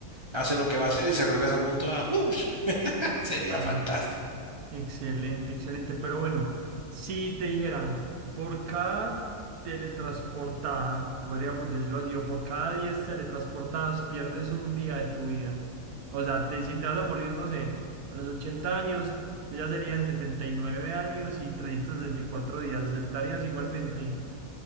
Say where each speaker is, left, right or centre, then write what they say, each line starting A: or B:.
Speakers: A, on the right; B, on the right.
A: hace lo que va a hacer y se regresa al punto A. ¡Ush! <laughs> Sería
B: ah.
A: fantástico.
B: Excelente, excelente. Pero bueno, si te dijeran, por cada teletransportada, podríamos decirlo así, o por cada 10 teletransportadas pierdes un día de tu vida. O sea, te, si te vas a morir, no sé, a los 80 años, ya serían 79 años y 364 días. ¿Aceptarías igualmente?